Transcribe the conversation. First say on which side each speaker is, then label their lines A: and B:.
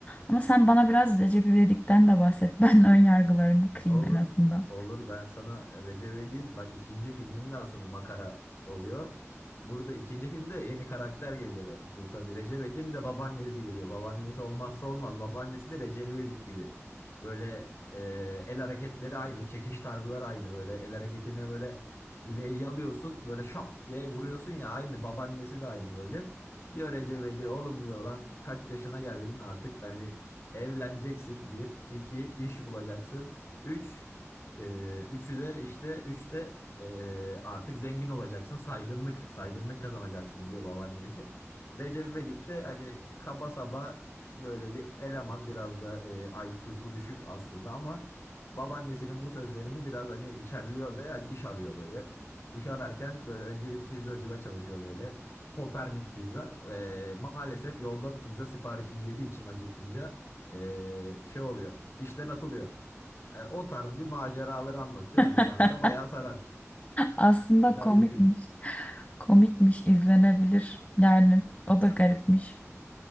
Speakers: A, on the left; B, on the left.
A: Ama sen bana biraz Recep İvedik'ten de bahset <laughs> ben ön yargılarımı kırayım
B: Olur.
A: en azından.
B: Olur. Ben sana Recep İvedik'in bak ikinci filminde asıl makara oluyor. Burada ikinci filmde yeni karakter geliyor. Bu tabii Recep İvedik'in bir de babaannesi geliyor. Babaannesi olmazsa olmaz. Babaannesi de Recep İvedik gibi. Böyle e, el hareketleri aynı, çekiş tarzları aynı. Böyle el hareketini böyle bileği yalıyorsun, böyle şap diye vuruyorsun ya aynı. Babaannesi de aynı böyle. Diyor Recep İvedik, oğlum diyor lan kaç yaşına geldin artık hani Evleneceksin bir, iki iş bulacaksın. Üç, e, üçü de işte üçte e, artık zengin olacaksın. Saygınlık, saygınlık kazanacaksın diyor babaannesi. Recep İvedik de hani kaba saba böyle bir eleman biraz da e, IQ'su düşük aslında ama babaannesinin bu sözlerini biraz hani içerliyor ve hani iş arıyor böyle. İş ararken böyle önce bir pizzacıda çalışıyor böyle. Kopernik pizza. E, maalesef yolda pizza siparişini yediği için acıkınca e, şey oluyor. İşten atılıyor. E, o tarz bir maceraları anlatıyor.
A: <laughs>
B: Hani kanka bayağı sarar.
A: Aslında
B: Güzel
A: komikmiş.
B: bir film.
A: Komikmiş, izlenebilir. Yani o
B: Ya
A: da garipmiş.